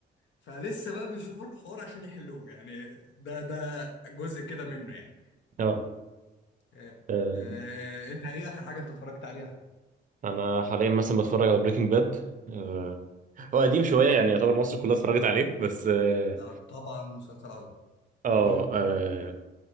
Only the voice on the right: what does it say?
اه
آه،
انا حاليا مثلا بتفرج على بريكنج باد آه هو قديم شويه يعني يعتبر مصر كلها اتفرجت عليه بس اه
اه
آه،